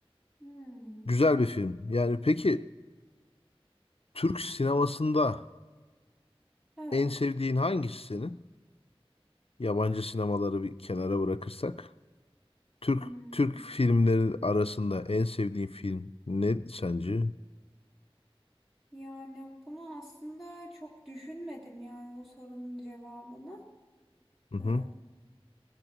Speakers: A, in the centre; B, on the left (about 70°).
A: hı.
B: Güzel bir film. Yani peki Türk sinemasında
A: Evet.
B: en sevdiğin hangisi senin? Yabancı sinemaları bir kenara bırakırsak. Türk
A: Hmm.
B: Türk filmleri arasında en sevdiğin film ne sence?
A: Yani bunu aslında çok düşünmedim yani bu sorunun cevabını.
B: Hı hı.
A: Ee,